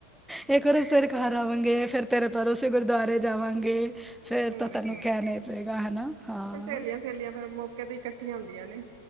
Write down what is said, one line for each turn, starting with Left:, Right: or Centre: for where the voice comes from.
Centre: ਹਾ ਇੱਕ ਵਾਰੀ ਅਸੀਂ ਤੇਰੇ ਘਰ ਆਵਾਂਗੇ ਫਿਰ ਤੇਰੇ ਭਰੋਸੇ ਗੁਰੂਦੁਆਰੇ ਜਾਵਾਂਗੇ ਫਿਰ
Right: ਹੋਰ
Centre: ਤਾਂ ਤੈਨੂੰ
Right: ਕੀ।
Centre: ਕਹਿਣਾ ਹੀ ਪਏਗਾ ਹੈਨਾ ਹਾਂ
Right: ਫਿਰ ਸਹੇਲੀਆਂ ਸਹੇਲੀਆਂ ਫਿਰ ਮੌਕੇ ਤੇ ਹੀ ਇਕੱਠੀਆਂ ਹੁੰਦੀਆਂ ਨੇ